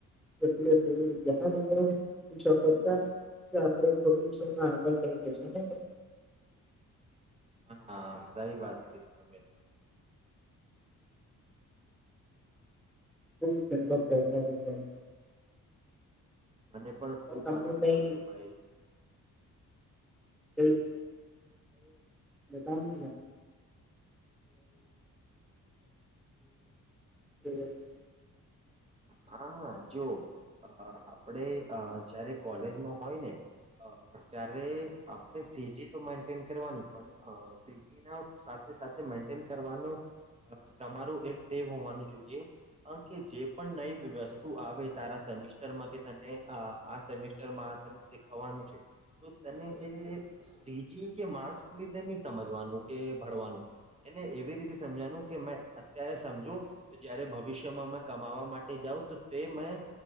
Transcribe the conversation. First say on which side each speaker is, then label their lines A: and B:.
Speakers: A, in the centre; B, on the right.
A: એટલે જ <inaudible> સફરતા તો આપડે ભવિષ્યમાં આગળ લઈ જશે ને
B: હા સહી વાત કરી તમે
A: હમભ ચર્ચા <inaudible>
B: મને પણ ખૂબ
A: તમ
B: આનંદ
A: કઈ
B: આવ્યો ભાઈ.
A: ક બતાને <inaudible> <inaudible> <inaudible>
B: હા હા જો અ આપણે અ જયારે કોલેજમાં હોય ને અ ત્યારે આપણે સીજી તો મેન્ટેન કરવાની પણ‌ અ સીજી ના સાથે સાથે મેન્ટેન કરવાનું અ તમારું એક ટેબ હોવાનું જોઈએ કે જે પણ નઈ વસ્તુ આવે તારા સેમેસ્ટરમાં કે તને આ સેમેસ્ટરમાં શીખવાનું છે તો તને એ તે સીજી કે માર્ક્સ લીધે નહી સમજવાનું કે ભણવાનું એને એવી રીતે સમજનું કે મે અત્યારે સમજું જયારે ભવિષ્યમાં મે કમાવામાં માટે જાઉ તો તે મેં